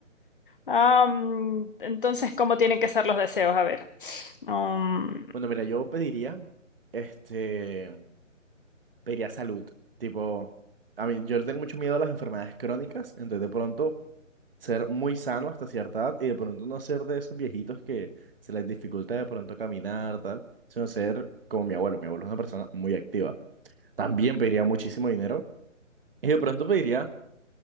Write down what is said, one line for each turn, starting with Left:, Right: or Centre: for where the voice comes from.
Left: Ah, mm, entonces, ¿cómo tienen que ser los deseos? A ver. Um,
Right: Bueno, mira, yo pediría, este, pediría salud. Tipo, a mí, yo le tengo mucho miedo a las enfermedades crónicas, entonces de pronto ser muy sano hasta cierta edad y de pronto no ser de esos viejitos que se les dificulta de pronto caminar, tal, sino ser como mi abuelo. Mi abuelo es una persona muy activa. También pediría muchísimo dinero y de pronto pediría,